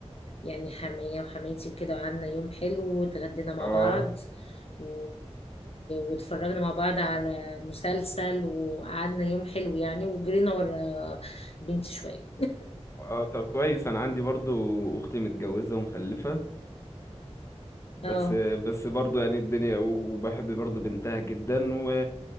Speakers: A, on the left; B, on the left.
A: يعني حماية وحماتي وكده وقعدنا يوم حلو واتغدينا مع
B: اه
A: بعض و... واتفرجنا مع بعض على مسلسل وقعدنا يوم حلو يعني وجرينا ورا بنتي شوية
B: اه طب كويس انا عندي برضو اختي متجوزة ومخلفة بس
A: اه
B: بس برضو يعني الدنيا وبحب برضو بنتها جدا و